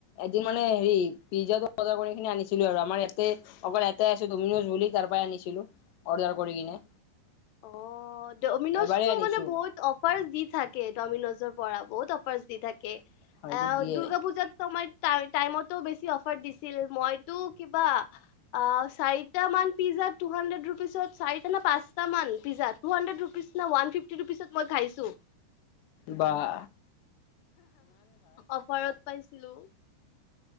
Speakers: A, on the left (about 70°); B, on the left (about 80°).
A: এদিন মানে হেৰি পিজ্জা বজাৰ কৰি কিনি আনিছিলো আৰু আমাৰ ইয়াতে অকল এটাই আছে ডমিনজ বুলি তাৰ পৰাই আনিছিলো অৰ্ডাৰ কৰি কিনে
B: অ ডমিনজটো
A: এবাৰেই আনিছো
B: মানে বহুত অফাৰ দি থাকে ডমিনজৰ পৰা বহুত অফাৰ্চ দি থাকে।
A: হয়তো
B: আহ
A: দিয়ে
B: দুৰ্গা পূজাত, টাইমটো অফাৰ দিছিল, মইটো কিবা আ চাৰিটা মান পিজা টু হানড্ৰেড ৰুপিছত চাৰিটা নে পাঁচ কেইটাম পিজ্জা টু হাণ্ড্ৰেড ৰুপিজ নে ওৱান ফিফটি ৰুপচত মই খাইছোঁ।
A: বাহ
B: অফাৰত পাইছিলো।